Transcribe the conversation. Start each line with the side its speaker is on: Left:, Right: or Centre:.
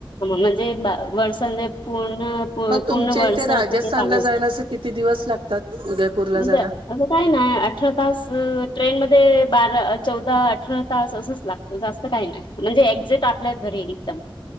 Left: म्हणजे वर्सनदे पूर्ण
Right: मग
Left: पूर्ण
Right: तुमच्या
Left: वर्ष
Right: इथे राजस्थानला
Left: तिथे पाणी असत
Right: जायला, असं किती दिवस लागतात, उदयपूरला
Left: म्हणजे
Right: जायला.
Left: असं काय नाय, अठरा तास, ट्रेन मध्ये बारा, चौदा, अठरा तास असच लागत, जास्त काय नाय, म्हणजे एक्झेट आपल्या घरी एकदम.